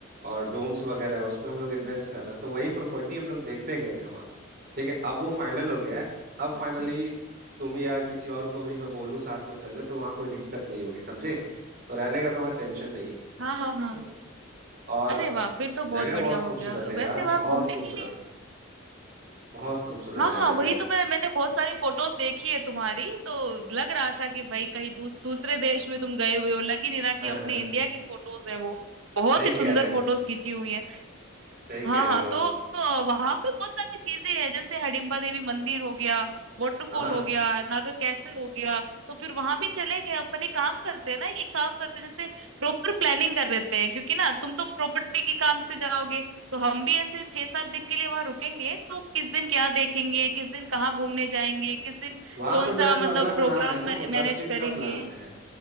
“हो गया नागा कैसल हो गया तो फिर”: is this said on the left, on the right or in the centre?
Right